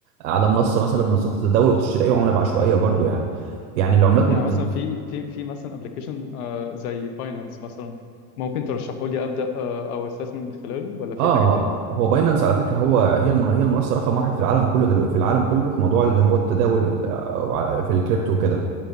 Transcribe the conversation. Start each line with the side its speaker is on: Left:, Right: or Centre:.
Right: على منصه مثلا من منصات التداول وتشتري اي عمله بعشوائيه برضه يعني يعني العملات
Left: يعني
Right: ما بتت...
Left: مثلا في في في مثلا ابلكيشن آه زي باينانس مثلا ممكن ترشحه لي أبدأ آه أو أستثمر من خلاله ولا في
Right: اه
Left: حاجة تانية؟
Right: هو باينانس على فكره هو هي المن... هي المنصه رقم واحد في العالم كله دلوقتي في العالم كله في موضوع اللي هو التداول آه، على- في الكريبتو وكده